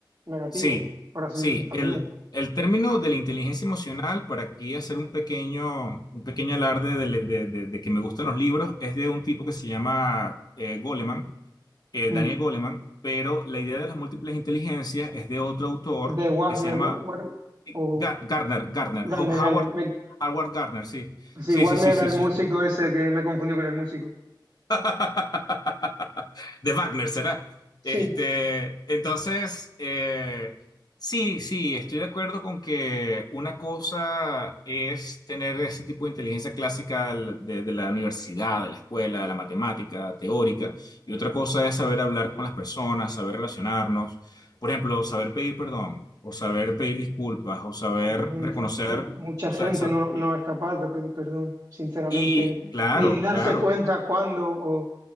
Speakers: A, on the right; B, on the left.
A: negativas,
B: Sí,
A: por así
B: sí,
A: también.
B: el, el término de la inteligencia emocional, para aquí hacer un pequeño, un pequeño alarde de, le- de- de- de que me gustan los libros, es de un tipo que se llama eh, Goleman, eh,
A: Mm.
B: Daniel Goleman, pero la idea de las múltiples inteligencias es de otro autor
A: De Warner,
B: que se llama
A: ¿no? War- o
B: Ga- Gardner, Gardner,
A: Garner,
B: Ho- Howard,
A: Garner. Me-
B: Howard Gardner, sí,
A: sí,
B: sí,
A: Warner
B: sí, sí,
A: era
B: sí,
A: el
B: sí.
A: músico
B: sí.
A: ese que me confundió con el músico.
B: <laughs> De Wagner, ¿será?
A: Sí,
B: Este, entonces, eh, sí, sí, estoy de acuerdo con que una cosa es tener ese tipo de inteligencia clásica del- de, de la universidad, de la escuela, de la matemática teórica, y otra cosa es saber hablar con las personas, saber relacionarnos, por ejemplo, saber pedir perdón, o saber pedir disculpas, o saber
A: Exactamente.
B: reconocer,
A: M- Mucha
B: sa-
A: gente
B: sa-
A: no, no es capaz de pedir perdón, sinceramente,
B: y claro,
A: ni de darse
B: claro,
A: cuenta cuándo. o,